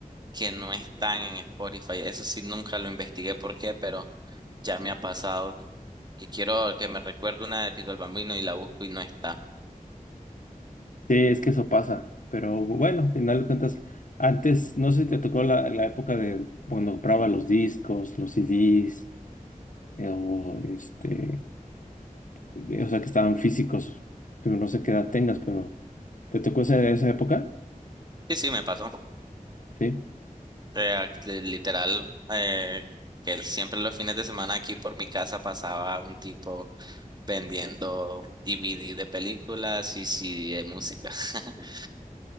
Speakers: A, on the right (about 30°); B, on the left (about 60°).
A: que no están en Spotify. Eso sí, nunca lo investigué por qué, pero ya me ha pasado que quiero que me recuerde una de Tito el Bambino y la busco y no está.
B: Sí, es que eso pasa, pero bueno, al final de cuentas, antes, no sé si te tocó la, la época de cuando compraba los discos, los CDs, eh, o este, eh, o sea, que estaban físicos, pero no sé qué edad tengas, pero ¿te tocó esa, esa época?
A: Sí, sí, me pasó.
B: Sí.
A: Eh, li- literal, eh, que siempre los fines de semana aquí por mi casa pasaba un tipo vendiendo DVD de películas y sí de música. <laughs>